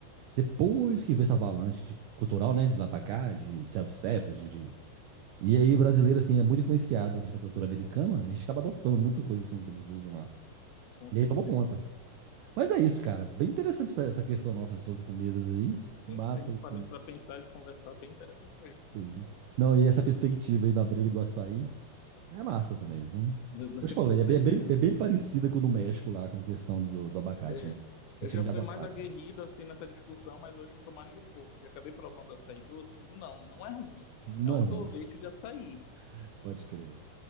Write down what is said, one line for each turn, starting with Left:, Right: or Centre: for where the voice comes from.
Right: Depois que veio essa avalanche de cultural, né? De lá pra cá, de self-service, de, de- E aí, brasileiro, assim, é muito influenciado por essa cultura americana, e a gente acaba adotando muita coisa, assim, que eles usam lá.
Left: Com
Right: E
Left: certeza.
Right: aí tomou conta. Mas é isso, cara. Bem interessante essa, essa questão nossa sobre comidas aí.
Left: Tem
Right: Massa,
Left: sim, parando
Right: assim,
Left: pra pensar e conversar, bem interessante mesmo.
Right: sim. Não, e essa perspectiva aí da briga do açaí é massa também, viu?
Left: <laughs>
Right: Eu te falei,
Left: Com certeza.
Right: é bem, é bem, é bem parecida com o do México lá, com a questão do, do abacate,
Left: É.
Right: né?
Left: Eu
Right: Eles
Left: já
Right: chamam de
Left: fui
Right: aguacate,
Left: mais aguerrido,
Right: né?
Left: assim, nessa discussão, mas hoje eu tô mais de boa, porque acabei provando açaí doce, eu digo, não, não é ruim.
Right: Não
Left: É um
Right: é
Left: sorvete
Right: ruim,
Left: de açaí.
Right: <laughs> pode crer.